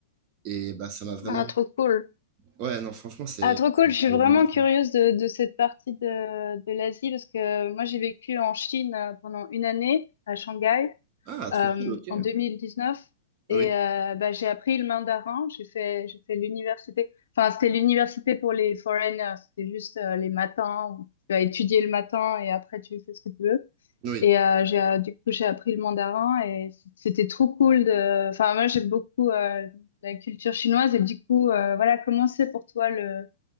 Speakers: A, on the right; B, on the left.
A: Et bah, ça m'a vraiment...
B: Ah, trop cool.
A: Ouais, non, franchement, c'est...
B: Ah, trop
A: c'est
B: cool. Je suis
A: magnifique.
B: vraiment curieuse de, de cette partie de, de l'Asie parce que moi, j'ai vécu en Chine euh, pendant une année à Shanghai.
A: Ah, trop
B: euh,
A: cool, ok.
B: en 2019
A: Oui,
B: et euh, bah, j'ai appris le mandarin. J'ai fait j'ai fait l'université. Enfin, c'était l'université pour les foreigners. C'était juste euh, les matins où tu vas étudier le matin et après tu fais ce que tu veux.
A: oui.
B: Et euh, j'ai euh, du coup j'ai appris le mandarin et c- c'était trop cool de. Enfin, moi j'aime beaucoup euh, la culture chinoise et du coup euh, voilà comment c'est pour toi le